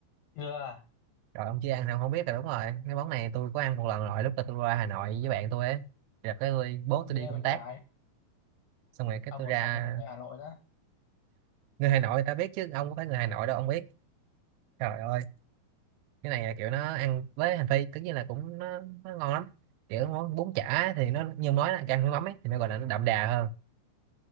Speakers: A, on the left (about 65°); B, on the right (about 80°).
A: chưa
B: rồi ông chưa ăn thì ông không biết rồi đúng rồi cái món này tôi có ăn một lần rồi lúc mà tôi ra Hà Nội với bạn tôi ấy rồi cái tôi bố
A: nghe
B: tôi đi công
A: vậy
B: tác
A: trái
B: xong rồi cái
A: ông
B: tôi
A: một
B: ra
A: sành cả người Hà Nội đó
B: người Hà Nội người ta biết chứ ông có phải người Hà Nội đâu ông biết trời ơi cái này là kiểu nó ăn với hành phi tất nhiên là cũng nó, nó ngon lắm kiểu món bún chả thì nó như ông nói là càng nước mắm ấy, thì nó gọi là nó đậm đà hơn